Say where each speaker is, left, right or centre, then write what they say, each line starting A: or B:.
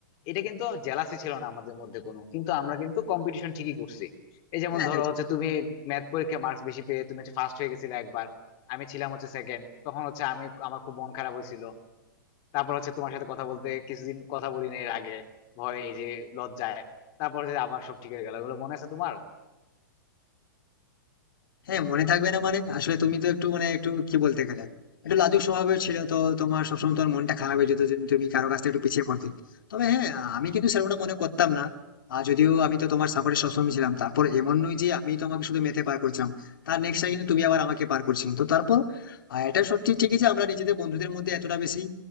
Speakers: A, on the left; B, on the left.
A: এটা কিন্তু জেলাসি ছিল না আমাদের মধ্যে কোনো কিন্তু আমরা কিন্তু কম্পিটিশন ঠিকই করছি এই যেমন
B: হ্যাঁ
A: ধরো হচ্ছে তুমি ম্যাথ পরীক্ষায় মার্কস বেশি পেয়ে তুমি হচ্ছে ফার্স্ট হয়ে গেছিলে একবার আমি ছিলাম হচ্ছে সেকেন্ড তখন হচ্ছে আমি আমার খুব মন খারাপ হয়েছিল তারপর হচ্ছে তোমার সাথে কথা বলতে কিছুদিন কথা বলি না এর আগে ভয় এই যে লজ্জায় তারপর হচ্ছে আবার সব ঠিক হয়ে গেল এগুলো মনে আছে তোমার
B: হ্যাঁ মনে থাকবে না মানে আসলে তুমি তো একটু মানে একটু কি বলতে গেলে একটু লাজুক স্বভাবের ছিল তো তোমার সবসময় তোমার মনটা খারাপ হয়ে যেত যদি তুমি কারো কাছ থেকে একটু পিছিয়ে পড়তে তবে হ্যাঁ আমি কিন্তু সেরকমটা মনে করতাম না আর যদিও আমি তো তোমার সাপোর্টে সবসময় ছিলাম তারপর এমন নয় যে আমি তোমাকে শুধু মেতে পার করছিলাম তার নেক্সট টাইম কিন্তু তুমি আবার আমাকে পার করছিলে তো তারপর আহ, এটা সত্যি ঠিকই যে আমরা নিজেদের বন্ধুদের মধ্যে এতটা বেশি